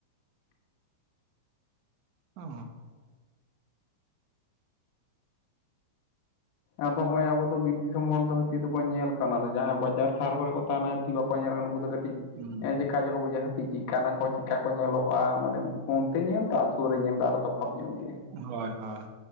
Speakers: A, on the right; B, on the left.
A: ᱚ
B: ᱟᱫᱚ ᱱᱚᱜᱼᱚᱭ ᱟᱵᱚ ᱫᱚ ᱵᱤᱫ ᱫᱤᱥᱚᱢ ᱦᱚᱲᱚ ᱫᱷᱟᱹᱛᱤ ᱫᱚᱵᱚᱱ ᱧᱮᱞ ᱠᱟᱱᱟ ᱡᱟᱦᱟᱸᱭ ᱵᱟᱡᱟᱨ ᱥᱟᱨ ᱠᱚᱨᱮ ᱠᱚ ᱛᱟᱦᱮᱱᱟ <unintelligible> ᱵᱟᱠᱚ ᱧᱮᱞ ᱱᱩᱠᱩ ᱫᱚ ᱠᱚᱹᱴᱤᱡ
A: ᱦᱩᱸ
B: <unintelligible> ᱪᱮᱠᱟ ᱪᱚᱠᱚ ᱵᱩᱡᱷᱟ ᱦᱟᱹ ᱛᱤ ᱪᱤᱠᱟᱱᱟ ᱠᱚ ᱪᱮᱠᱟ ᱠᱚ ᱧᱮᱞᱚᱜᱼᱟ, ᱢᱟᱱᱮ ᱯᱷᱳᱱᱛᱮ ᱧᱮᱞ ᱫᱚ ᱟᱨ ᱥᱩᱨ ᱨᱮ ᱧᱮᱞ ᱫᱚ ᱟᱨᱚ ᱛᱚᱯᱟᱛ ᱧᱚᱜ ᱜᱮᱭᱟ᱾
A: ᱦᱚᱭ ᱦᱚᱭ